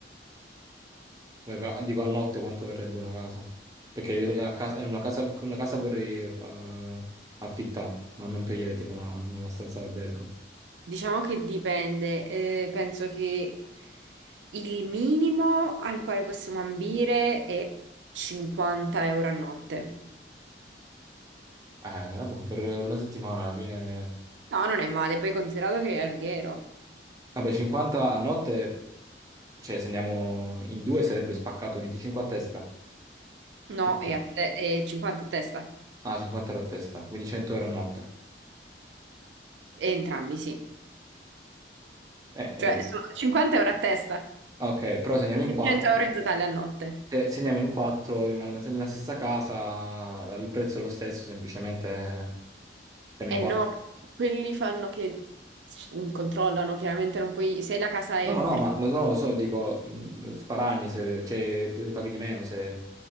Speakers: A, on the right (about 20°); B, on the right (about 80°).
A: Beh, però, Dico a notte quanto verrebbe una casa? Perché io a casa- una casa, una casa vorrei eh, affittare, non non prendere tipo una, una stanza d'albergo.
B: Diciamo che dipende, eh, penso che il minimo al quale possiamo ambire è 50 euro a notte.
A: Eh, vabbè, per una settimana alla fine...
B: No, non è male, poi considerato che è Alghero.
A: Vabbè, 50 a notte, cioè se andiamo in due sarebbe spaccato 25 a testa.
B: No,
A: Quindi...
B: è, a te- è 50 a testa.
A: Ah, 50 euro a testa, quindi 100 euro a notte.
B: E entrambi, sì.
A: Eh,
B: Cioè,
A: eh,
B: sono 50 euro a testa,
A: ok, però se andiamo in quattro...
B: 100 euro in totale a notte.
A: Se se andiamo in quattro in una- nella stessa casa, la- il prezzo è lo stesso, semplicemente siamo
B: E
A: in quattro.
B: no, quelli fanno che controllano, chiaramente non puoi, se la casa è
A: No,
B: per...
A: no, ma lo so, lo so, dico, mh, sparagni, se, cioè, paghi di meno se...